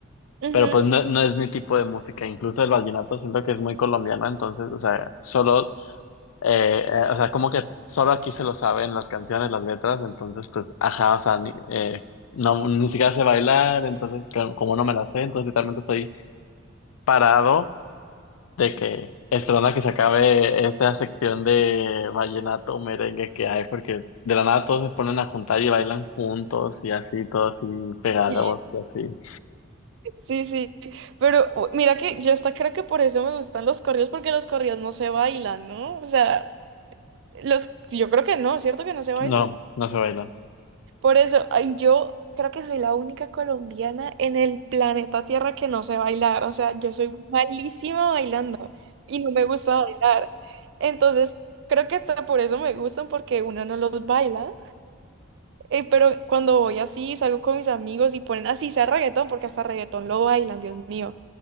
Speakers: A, on the right (about 60°); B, on the left (about 80°).
A: Ujú.
B: pero pues no, no es mi tipo de música. Incluso el vallenato siento que es muy colombiano, entonces, o sea, solo Eh, eh, o sea, como que solo aquí se lo saben las canciones, las letras, entonces pues, ajá, o sea, ni, eh, no, ni siquiera sé bailar, entonces co- como no me la sé, entonces literalmente estoy parado de que esperando a que se acabe esta sección de vallenato o merengue que hay, porque de la nada todos se ponen a juntar y bailan juntos y así, todos así pegados
A: Sí,
B: y así.
A: sí, sí. Pero u- mira que yo hasta creo que por eso me gustan los corridos, porque los corridos no se bailan, ¿no? O sea, los, yo creo que no, ¿cierto que no se bailan?
B: No, no se bailan.
A: Por eso, ay, yo creo que soy la única colombiana en el planeta Tierra que no sé bailar. O sea, yo soy malísima bailando y no me gusta bailar. Entonces, creo que hasta por eso me gustan, porque uno no los baila. Eh, pero cuando voy así, salgo con mis amigos y ponen así, sea reggaetón, porque hasta reggaetón lo bailan, Dios mío.